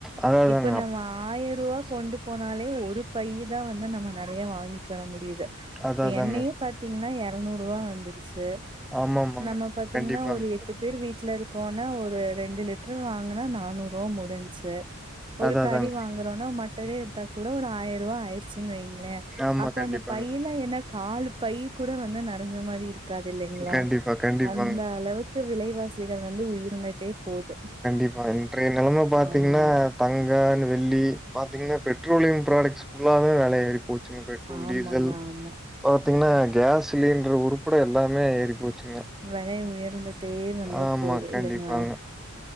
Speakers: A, in the centre; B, on the right.
A: அதான், அதாங்க.
B: இப்ப நம்ம
A: அப்
B: ஆயிரவா கொண்டு போனாலே ஒரு பையுதா வந்து நம்ம நறையா வாங்கிட்டு வர முடியுது
A: அதான்,
B: இப்ப
A: அதாங்க.
B: என்னையே பாத்தீங்கன்னா தொண்ணூறுபா வந்துடுச்சு
A: ஆமாமாங்க.
B: நம்ம பாத்தீங்கன்னா
A: கண்டிப்பாங்க.
B: ஒரு எட்டு பேர் வீட்ல இருக்கோனா ஒரு ரெண்டு லிட்ரு வாங்கனா நானூறுவா முடிஞ்சு ச்சு ஒரு
A: அதான்,
B: கறி
A: அதாங்க.
B: வாங்குறோனா மட்டனே எடுத்தா கூட ஒரு ஆயிரபா ஆயிடுச்சுன்னு வெய்ங்களே
A: ஆமா,
B: அப்ப
A: கண்டிப்பாங்க.
B: அந்த பையில என்ன கால் பை கூட வந்து நறஞ்ச மாரி இருக் காது இல்லைங்களா
A: கண்டிப்பா, கண்டிப்பாங்க.
B: அந்த அளவுக்கு விலைவாசிகள் வந்து உயர்ந்துட்டே போது
A: இப்ப அன்றய நெலம பாத்தீங்கன்னா
B: ஆமாங்
A: தங்க வெள்ளி பாத்தீங்கன்னா பெட் பெட்ரோலியம் ப்ராடக்ட்ஸ் ஃபுல்லாவே வெல ஏறி போச்சுங்க பெட்ரோல்
B: ஆமாங்க
A: டீசல்
B: ஆமா
A: பாத்தீங்கன்னா கேஸ் சிலிண்ட்ரு உறுப்பட எல்லாமே ஏறி போச்சு
B: வெலை உயர்ந்துட்டே வந்து
A: ஆமா
B: போது
A: கண்டிப்பாங்க
B: இல்லைங்களா